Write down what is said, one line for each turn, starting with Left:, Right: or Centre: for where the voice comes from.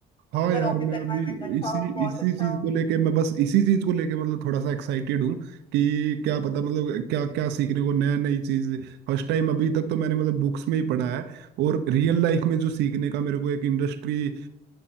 Right: हाँ
Left: अगर
Right: यार
Left: ऑफिस
Right: मैं अभी
Left: एनवायरनमेंट अच्छा
Right: इसी
Left: हो बॉस
Right: इसी
Left: अच्छा
Right: चीज
Left: हो
Right: को लेके मैं बस इसी चीज को लेके मतलब थोड़ा सा एक्साइटेड हूँ कि क्या पता मतलब क्या क्या सीखने को नया नई चीज फर्स्ट टाइम अभी तक तो मैंने मतलब बुक्स में ही पढ़ा है और रियल लाइफ में जो सीखने का मेरे को एक इंडस्ट्री